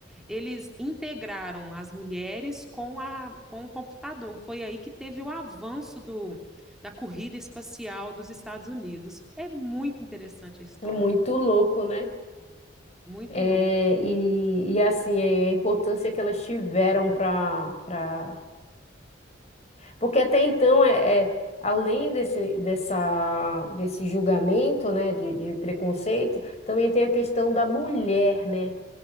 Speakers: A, in the centre; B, on the left.
A: eles integraram as mulheres com, a, com o computador. Foi aí que teve o avanço do, da corrida espacial dos Estados Unidos. É muito interessante a história.
B: Muito louco, né?
A: Muito
B: É,
A: louco.
B: e, e, assim, é, a importância que elas tiveram para... Pra... pra- Porque até então, é, é, além desse, dessa, desse julgamento, né, de, de preconceito, também tem a questão da mulher, né,